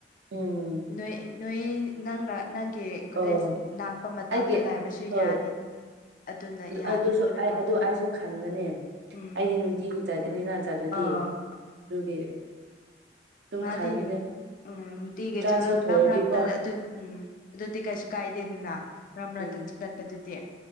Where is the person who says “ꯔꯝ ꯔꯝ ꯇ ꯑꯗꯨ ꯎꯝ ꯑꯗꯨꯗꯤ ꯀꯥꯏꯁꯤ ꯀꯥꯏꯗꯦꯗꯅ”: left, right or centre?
Left